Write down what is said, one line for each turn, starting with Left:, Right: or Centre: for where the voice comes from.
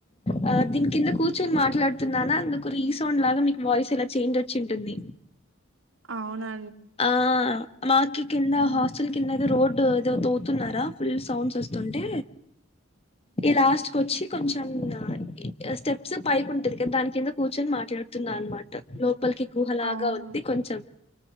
Left: ఆ దీనికి కింద కూర్చుని మాట్లాడుతున్నానా అందుకు రీ సౌండ్ లాగా మీకు వాయిస్ ఇలా చేంజ్ వచ్చి ఉంటుంది
Right: అవునా
Left: ఆ మాకి కింద
Right: ఉమ్
Left: హాస్టెల్ కిందైదే రో డ్ ఏదో తవ్వుతున్నారా ఫుల్ సౌండ్స్ వస్తుంటే ఈ లాస్ట్కొచ్చి కొంచెం అ ఈ స్టెప్స్ పైకుంటది కా దాని కింద కూర్చొని మాట్లాడుతున్నా అనమాట లో లోప్పలికి గుహలాగా
Right: అవును
Left: ఉంది కొంచెం